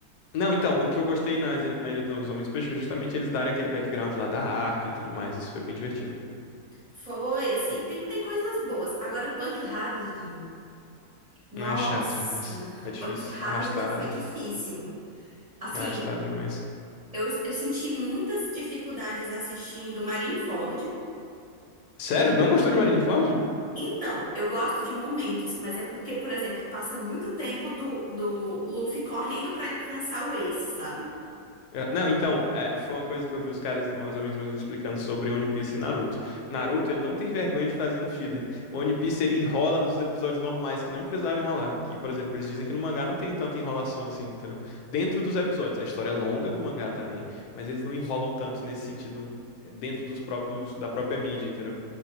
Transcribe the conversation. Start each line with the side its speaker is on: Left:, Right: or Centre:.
Left: não, então, o que eu gostei nas il- na Ilha dos Homens Peixes é justamente eles darem aquele background lá da arca e tudo mais, isso foi bem divertido.
Right: Foi assim, tem tem coisas boas. Agora Punk Hazard, nossa,
Left: É chato demais, é difícil,
Right: Punk Hazard
Left: é arrastado,
Right: foi difícil. Assim,
Left: é arrastado demais.
Right: eu, eu senti muitas dificuldades assistindo Marineford.
Left: Sério? Não gostou de Marineford?
Right: Então, eu gosto de momentos, mas é porque, por exemplo, passa muito tempo do, do Luffy correndo pra alcançar o Ace, sabe?
Left: É, Não, então, é, foi uma coisa que eu vi os caras, os amigos meus explicando sobre One Piece e Naruto. Naruto, ele não tem vergonha de fazer um filler. One Piece, ele enrola nos episódios normais que não precisava enrolar. Que, por exemplo, eles dizem que no mangá não tem tanta enrolação assim, entendeu? Dentro dos episódios. A história é longa no mangá também, mas eles não enrolam tanto nesse sentido é, dentro dos próprios, da própria mídia, entendeu?